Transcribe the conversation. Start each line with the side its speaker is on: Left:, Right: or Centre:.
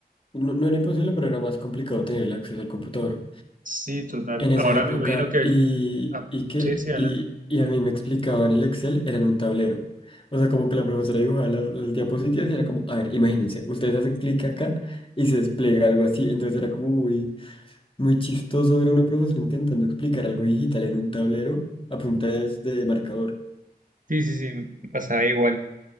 Left: no, no era imposible, pero era más complicado tener el acceso al computador
Right: Sí, total.
Left: en esa
Right: Ahora
Left: época.
Right: me imagino que... el-
Left: Y,
Right: ah,
Left: y que,
Right: sí, sí, adelante.
Left: y, y a mí me explicaban el Excel, era en un tablero. O sea, como que la profesora dibujaba las, las diapositivas y era como, a ver, imagínense, ustedes hacen clic acá y se despliega algo así. Entonces era como muy muy chistoso ver a una profesora intentando explicar algo digital en un tablero a punta de, de marcador. O
Right: Sí, sí, sí, me pasaba igual,